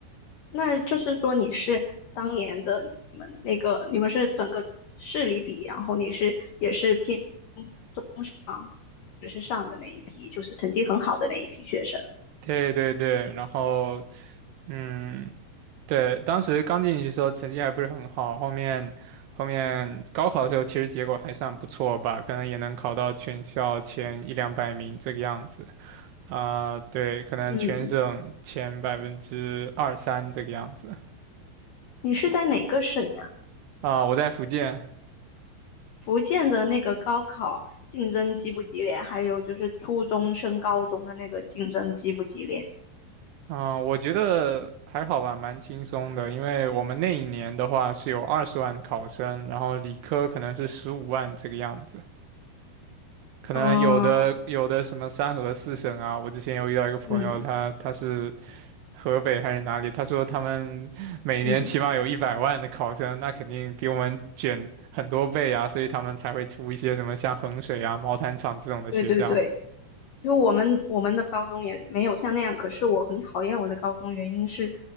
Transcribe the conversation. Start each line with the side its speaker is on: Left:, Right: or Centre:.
Left: 那就是说你是当年的你们那个，你们是整个市里比，然后你是也是偏中上，只是上的那一批，就是成绩很好的那一批学生。
Right: 对对对，然后嗯，对，当时刚进去的时候成绩还不是很好，后面后面高考的时候其实结果还算不错吧，可能也能考到全校前一两百名这个样子啊，对，可能全省前百分之二三这个样子
Left: 嗯。你是在哪个省呀？
Right: 啊，我在福建。
Left: 福建的那个高考竞争激不激烈？还有就是初中升高中的那个竞争激不激烈？
Right: 啊，我觉得还好吧，蛮轻松的。因为我们那一年的话是有二十万的考生，然后理科可能是十五万这个样子。可能有的有的什么三河四省啊，
Left: 啊，
Right: 我之前有遇到一个朋友，
Left: 嗯
Right: 他他是河北还是哪里，他说他们 <laughs> 每年起码有一百万的考生，
Left: 嗯，
Right: 那肯定比我们卷很多倍啊，所以他们才会出一些什么像衡水啊、毛坦厂这种的学校
Left: 对对对，就我们我们的高中也没有像那样，可是我很讨厌我的高中，原因是